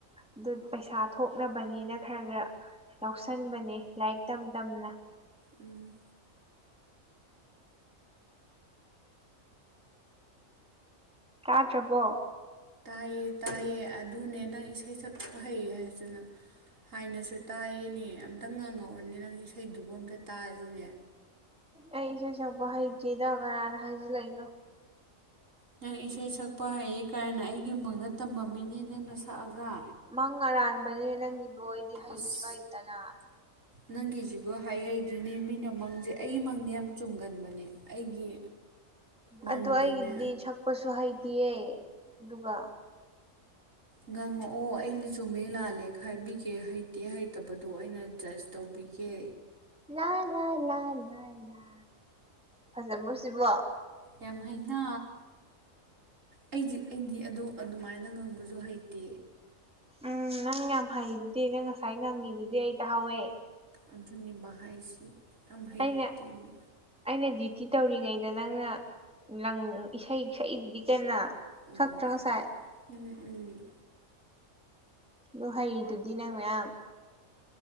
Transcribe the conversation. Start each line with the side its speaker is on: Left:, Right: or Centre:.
Centre: ꯑꯗꯨ ꯄꯩꯁꯥ ꯊꯣꯛꯅꯕꯅꯦꯅ ꯈꯔ ꯈꯔ ꯌꯥꯎꯁꯟꯕꯅꯦ ꯂꯥꯏꯔꯤꯛ ꯇꯝ ꯇꯝꯅ
Right: ꯎꯝ
Centre: ꯇꯗꯔꯥꯕꯣ
Right: ꯇꯥꯏꯌꯦ ꯇꯥꯏꯌꯦ ꯑꯗꯨꯅꯦ ꯅꯪ ꯏꯁꯩ ꯁꯛꯄ ꯍꯩꯌꯦ ꯍꯥꯏꯆꯨꯅ ꯍꯥꯏꯅꯁꯨ ꯇꯥꯏꯌꯦꯅꯦ ꯑꯝꯇ꯭ꯪ ꯉꯪꯉꯛꯑꯣꯅꯦ ꯅꯪ ꯏꯁꯩꯗꯨꯕꯨ ꯑꯝꯇ ꯇꯥꯁꯤꯅꯦ
Centre: ꯑꯩ ꯏꯁꯩ ꯁꯛꯄ ꯍꯩꯇꯦꯗ ꯀꯅꯥꯅ ꯍꯥꯏꯖꯤꯜꯂꯛꯏꯅꯣ
Right: ꯅꯪ ꯏꯁꯩ ꯁꯛꯄ ꯍꯥꯏꯌꯦ ꯀꯥꯏꯅ ꯑꯩꯒꯤ ꯃꯡꯗ ꯇꯝꯃꯃꯤꯅꯦ ꯅꯪꯅ ꯁꯛꯑꯒ
Centre: ꯃꯪ ꯑꯔꯥꯟꯕꯅꯦ ꯅꯪꯒꯤꯗꯣ ꯑꯩꯗꯤ ꯍꯩꯁꯨ
Right: ꯑꯁ
Centre: ꯍꯩꯇꯅ
Right: ꯅꯪꯒꯤꯁꯤꯕꯨ ꯍ ꯍꯩꯗꯣꯏꯅꯦ ꯃꯤꯅ ꯃꯪꯁꯦ ꯑꯩꯒꯤ ꯃꯪꯗꯤ ꯌꯥꯝ ꯆꯨꯝꯒꯟꯕꯅꯦ ꯑꯩꯒꯤ ꯃꯪꯗꯤꯅꯦ
Centre: ꯑꯗꯨ ꯑꯩꯒꯤꯗꯤ ꯁꯛꯄꯁꯨ ꯍꯩꯇꯤꯌꯦ ꯑꯗꯨꯒ
Right: ꯉꯥꯡꯉꯛꯑꯣ ꯑꯩ ꯆꯨꯝꯃꯦ ꯂꯥꯜꯂꯦ ꯈꯥꯏꯕꯤꯒꯦ ꯍꯩꯇꯦ ꯍꯩꯇꯕꯗꯣ ꯑꯩꯅ ꯖꯁ ꯇꯧꯕꯤꯒꯦ
Centre: ꯂ ꯂ ꯂ ꯂ ꯂ ꯐꯖꯃ꯭ꯔꯨꯁꯤꯕꯣ
Right: ꯌꯥꯝ ꯍꯩꯅ ꯑꯩꯗꯤ ꯑꯩꯗꯤ ꯑꯗꯣ ꯑꯗꯨꯃꯥꯏꯅ ꯉꯪꯕꯖꯨ ꯍꯩꯇꯦ
Centre: ꯎꯝ ꯅꯪ ꯌꯥꯝ ꯍꯩꯗꯤ ꯅꯪ ꯉꯁꯥꯏ ꯉꯪꯉꯤꯗꯨꯗꯤ ꯑꯩ ꯇꯥꯍꯥꯎꯋꯦ
Right: ꯑꯗꯨꯅꯤ ꯃꯥꯏꯁꯤ ꯌꯥꯝ ꯍꯩꯇꯦꯝꯃꯦ
Centre: ꯑꯩꯅ ꯑꯩꯅ ꯗ꯭ꯌꯨꯇꯤ ꯇꯧꯔꯤꯉꯩꯗ ꯅꯪꯅ ꯂꯪ ꯏꯁꯩ ꯁꯛꯏꯗꯨꯅꯤ ꯀꯅ
Right: ꯎꯝ
Centre: ꯁꯛꯇ꯭ꯔ ꯉꯁꯥꯏ
Right: ꯎꯝ ꯎꯝ
Centre: ꯂꯨ ꯍꯩꯔꯤꯗꯨꯗꯤ ꯅꯪ ꯃꯌꯥꯝ